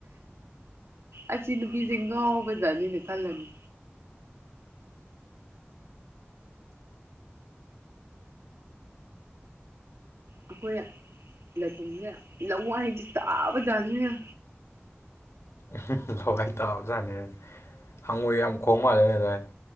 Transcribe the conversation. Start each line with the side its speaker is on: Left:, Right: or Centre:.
Right: ꯑꯁꯤ ꯅꯨꯄꯤꯖꯦ ꯉꯥꯎꯕꯖꯥꯠꯅꯤꯅ ꯈꯜꯂꯅꯤ ꯑꯩꯈꯣꯏ ꯂꯩꯐꯝꯁꯦ ꯂꯋꯥꯏꯗꯤ ꯇꯥꯕꯖꯥꯠꯅꯤꯍ‌ꯦ
Left: ꯎꯍꯝ ꯍꯝ ꯍꯣꯏ ꯇꯥꯕꯖꯥꯠꯅꯦ ꯍꯪꯉꯣꯏ ꯌꯥꯝ ꯈꯣꯡ ꯃꯥꯜꯂꯦꯅꯦ ꯅꯣꯏ ꯑꯗꯥꯏꯗꯣ